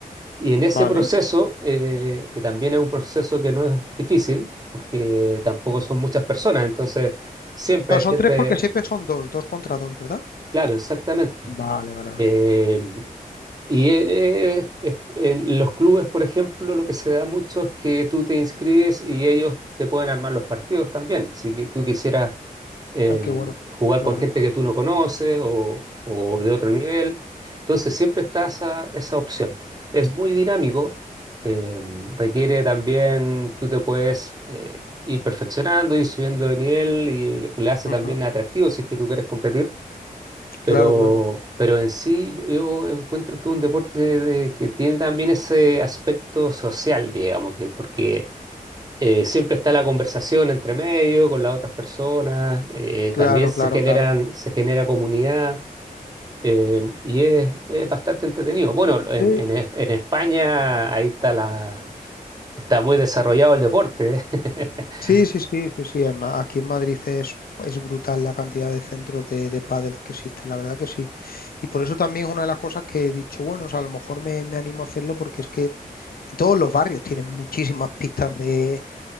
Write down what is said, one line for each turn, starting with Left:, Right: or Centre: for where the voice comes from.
Right: Y en ese
Left: vale.
Right: proceso, eh, que también es un proceso que no es difícil, porque tampoco son muchas personas, entonces siempre
Left: Claro,
Right: hay gente,
Left: son tres porque siempre son dos, dos contra dos, ¿verdad?
Right: claro, exactamente.
Left: Vale, vale, vale.
Right: Em, Y eh, eh, es- en los clubes, por ejemplo, lo que se da mucho es que tú te inscribes y ellos te pueden armar los partidos también. Si que tú quisieras em,
Left: Ay, qué bueno.
Right: jugar
Left: Claro,
Right: con gente
Left: claro.
Right: que tú no conoces o, o de otro nivel, entonces siempre está esa, esa opción. Es muy dinámico, em, requiere también, tú te puedes eh, ir perfeccionando, ir subiendo de nivel y lo que le hace
Left: Ujú,
Right: también atractivo si es que tú quieres competir. Pero,
Left: Claro, claro,
Right: pero en sí yo, yo encuentro que es un deporte de- que tiene también ese aspecto social, digamos, que, porque eh, siempre está la conversación entre medio con las otras personas, eh,
Left: claro,
Right: también se
Left: claro,
Right: generan,
Left: claro.
Right: se genera comunidad eh, y es, es bastante entretenido. Bueno, en,
Left: Sí,
Right: en Es- en España ahí está la, está muy desarrollado el deporte. ¿eh? <laughs>
Left: sí, sí, sí, sí, sí. en Ma- aquí en Madrid es, es brutal la cantidad de centros de, de pádel que existen, la verdad que sí. Y por eso también es una de las cosas que he dicho, bueno, o sea, a lo mejor me, me animo a hacerlo porque es que en todos los barrios tienen muchísimas pistas de,